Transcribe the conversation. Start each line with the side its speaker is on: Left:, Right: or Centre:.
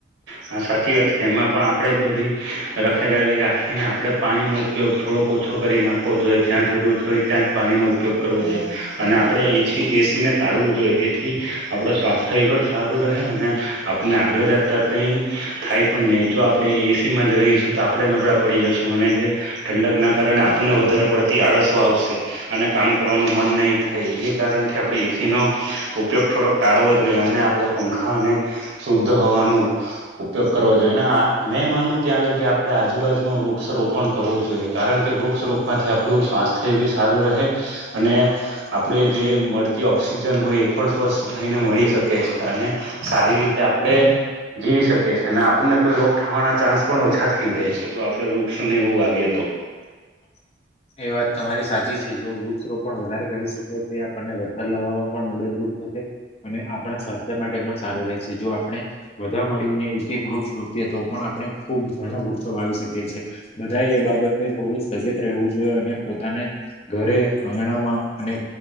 Right: હા સાચી વાત છે એમાં પણ આપણેે જ બધી રખેદાળી રાખીને આપડે પાણીનો ઉપયોગ થોડોક ઓછો કરી નાખવો જોઈએ, જ્યાં જરૂર હોય ત્યાં જ પાણીનો ઉપયોગ કરવો જોઈએ અને આપણે એ એસી ને તાળવું જોઈએ જેથી આપડ સ્વાસ્થ્ય એ પણ સારું રહે અને આપને આગળ જા તા કઈ થાય પણ નહી જો આપડણે એસીમાં જ રહીશું તો કપડે નબળા પડી જશો અને તે ઠંડક ના કારણે આપણને વધારે પડતી આળસો આવશે અને કામ કરવાનું મન નહીં થાય એ કારણથી આપણે નો ઉપયોગ થોડોક ટાળવો જોઈએ અને આપણે પંખાને શુદ્ધ હોવાનો ઉપયોગ કરવા જોઈએ અને મેં માનું ત્યાં લગી આડે આજુબાજુમાં વૃક્ષ રોપણ કરવું જોઈએ કારણ કે વૃક્ષ રોપમાંથી આપણું સ્વાસ્થ્ય એ બી સારું રહે અને આપડે જે મળતી ઓક્સિજન હોય એ પણ સ્વસ્થ થઈને મળી શકે છે અને સારી રીતે આપડે જીવી શકીએ છે અને આપણને કોઈ રોગ થવાના ચાન્સ પણ ઓછા થઈ જાય છે જો આપડે વૃક્ષોને એવું આવીએ તો
Left: <inaudible> વાત તમારી સાચી છે જો વૃક્ષરોપણ પણ વધારે કરીશું તો તે આપણને વરસાદ લાવવામાં પણ મદદરૂપ થશે અને આપણા સ્વાસ્થ્ય માટે પણ સારું રહેશે જો આપણે વધા મળીને એક એક વૃક્ષ રૂપીએ તો પણ આપણે ખુબ ભનક વૃક્ષો વાવી શકીએ છીએ બધા એ બાબતે થોડું સજેત રહેવું જો અને પોતાને ઘરે આંગણામાં અને